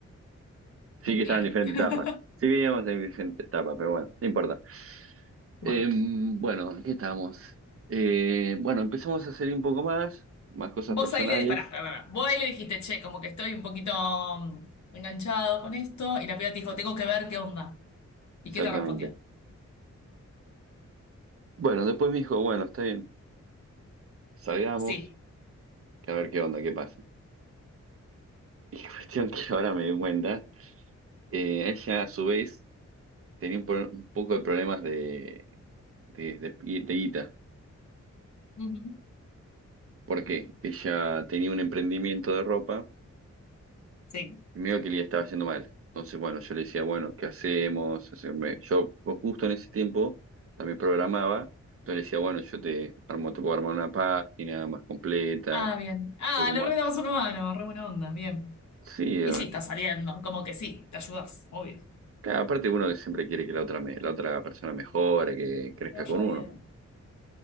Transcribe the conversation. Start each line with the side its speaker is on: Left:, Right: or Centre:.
Right: Sí
Left: <laughs>
Right: que estaban
Left: Claro.
Right: en diferentes
Left: <laughs>
Right: etapas. Sí veníamos en diferentes etapas, pero bueno, no importa.
Left: Bueno.
Right: Eh, bueno, ¿en ¿qué estamos? Eh, bueno, empezamos a salir un poco más, más cosas
Left: Vos
Right: personales.
Left: ahí le disparás, pará, pará. pará. Vos ahí le dijiste, che, como que estoy un poquito mm, enganchado con esto, y la piba te dijo, tengo que ver qué onda. ¿Y
Right: Exactamente.
Left: qué te respondió?
Right: Bueno, después me dijo, bueno, está bien, salgamos,
Left: Sí,
Right: que a ver qué onda, qué pasa. Y <laughs> cuestión que ahora me di cuenta, eh, ella a su vez tenía un, pro- un poco de problemas de, de, de, de guita.
Left: Ujú.
Right: ¿Por qué? Ella tenía un emprendimiento de ropa
Left: sí.
Right: Y medio que le estaba yendo mal. Entonces, bueno, yo le decía, bueno, ¿qué hacemos? Hacerme- Yo pues, justo en ese tiempo también programaba. Entonces le decía, bueno, yo te armo, te puedo armar una página más completa,
Left: Ah,
Right: un
Left: bien. Ah,
Right: poco
Left: le
Right: más.
Left: re dabas una mano, re buena onda, bien.
Right: Sí,
Left: Y
Right: eh,
Left: sí, está saliendo, como que sí, te ayudas, obvio.
Right: claro, aparte uno que siempre quiere que la otra, me- la otra persona mejore, que crezca
Left: Te vaya
Right: con uno.
Left: bien.